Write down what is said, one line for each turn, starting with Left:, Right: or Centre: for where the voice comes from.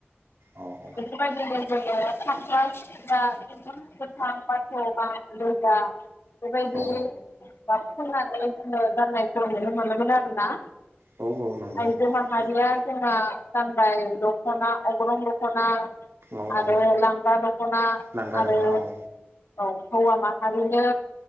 Right: अ औ
Left: बिबायदिनो जोङो खाब्रा खिथ्रा <unintelligible> गोथां बादि <unintelligible> बेबायदि
Right: औ
Left: गाब <unintelligible> गाननायखौ नुनो मोनो मोन आरो ना
Right: औ औ नंगौ
Left: आयजो माहारिया
Right: नोंथां
Left: जोंना गानबाय दखना अग्रं दं खना
Right: औ
Left: आरो
Right: औ
Left: लांगा दख'ना
Right: लांगा
Left: आरो
Right: दख'ना औ
Left: औ हौवा माहारिनो